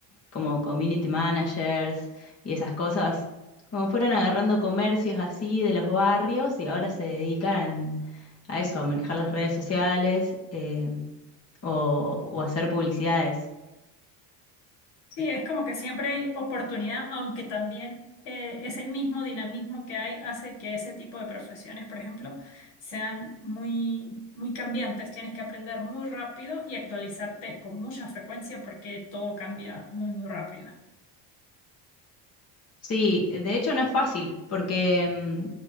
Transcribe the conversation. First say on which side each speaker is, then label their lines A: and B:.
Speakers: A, on the left; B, on the left.
A: como community managers y esas cosas. Como fueron agarrando comercios así de los barrios y ahora se dedican a eso, a manejar las redes sociales eh, o, o hacer publicidades.
B: Sí, es como que siempre hay oportunidad, aunque también eh, ese mismo dinamismo que hay hace que ese tipo de profesiones, por ejemplo, sean muy, muy cambiantes. Tienes que aprender muy rápido y actualizarte con mucha frecuencia porque todo cambia muy, muy rápido.
A: Sí, de hecho no es fácil porque, mm,